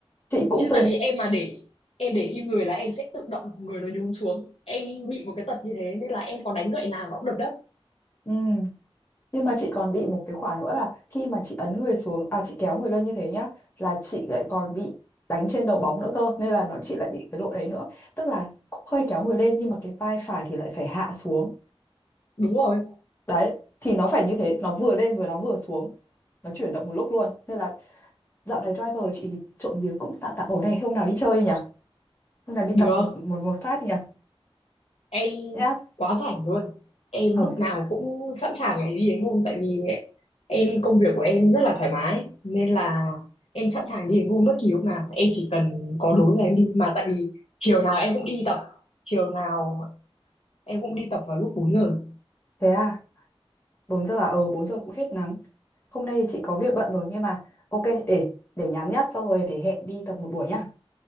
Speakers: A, on the left (about 20°); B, on the left (about 85°).
A: chị cũng
B: chứ
A: từng
B: tại vì em mà để em để im người là em sẽ tự động người nó nhún xuống em bị một cái tật như thế nên là em có đánh gậy nào nó cũng đập đất
A: ừ Nhưng mà chị còn bị một cái khoản nữa là khi mà chị ấn người xuống à chị kéo người lên như thế nhá là chị lại còn bị đánh trên đầu bóng nữa cơ nên là nó chị lại bị cái lỗi đấy nữa. Tức là cũng hơi kéo người lên nhưng mà cái vai phải thì lại phải hạ xuống.
B: đúng rồi
A: Đấy thì nó phải như thế, nó vừa lên vừa nó vừa xuống, nó chuyển động một lúc luôn. Nên là dạo này driver chị thì trộm vía cũng tạm tạm ổn này, hôm nào đi chơi đi nhỉ? Hôm nào đi
B: được
A: tập một một một phát đi nhỉ?
B: em
A: Nhá.
B: quá rảnh luôn em
A: Ờ
B: lúc nào cũng sẵn sàng để đi đánh hôn tại vì em công việc của em rất là thoải mái nên là em sẵn sàng đi đánh hôn bất kỳ lúc nào em chỉ cần có đối là em đi mà tại vì chiều nào em cũng đi tập chiều nào em cũng đi tập vào lúc 4 giờ
A: thế à, 4 giờ à? Ờ 4 giờ cũng hết nắng. hôm nay chị có việc bận rồi nhưng mà ok để để nhắn nhá xong rồi để hẹn đi tập một buổi nhá